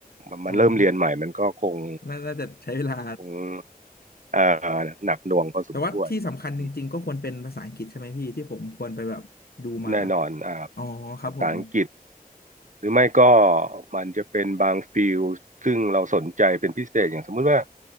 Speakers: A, on the right (about 55°); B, on the left (about 80°).
A: มันมันเริ่มเรียนใหม่มันก็คง
B: อ๋อน่าน่าจะใช้เวลา
A: คงเอ่อหนักหน่วงพอสมควรอืม
B: แต่ว่าที่สำคัญจริงๆก็ควรเป็นภาษาอังกฤษใช่ไหมพี่ที่ผมควรไปแบบดูมา
A: แน่นอนอ่า
B: อ๋อครับผม
A: ภาษาอังกฤษหรือไม่ก็มันจะเป็นบางฟิลด์ซึ่งเราสนใจเป็นพิเศษอย่างสมมุติว่า